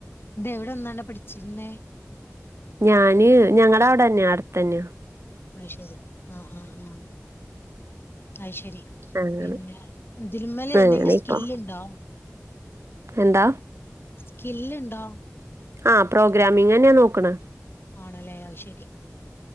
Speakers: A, on the left; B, on the right.
A: ഇതെവിടുന്നാണ് പഠിച്ചിരുന്നേ
B: ഞാന് ഞങ്ങള അവിടെ തന്നെയാ അടുത്തന്നയാ
A: അയ്ശരി ആഹ് ആഹ് ആഹ് അയ് ശരി
B: അങ്ങനെ
A: പിന്നെ ഇതിൽമേല എന്തെങ്കിലും
B: അങ്ങനെ
A: സ്കില്ലുണ്ടോ
B: ഇപ്പൊ എന്താ
A: സ്കില്ലിണ്ടോ
B: ആ പ്രോഗ്രമിംഗ് തന്നെയാ നോക്കണെ.
A: ആണല്ലേ അയ്ശരി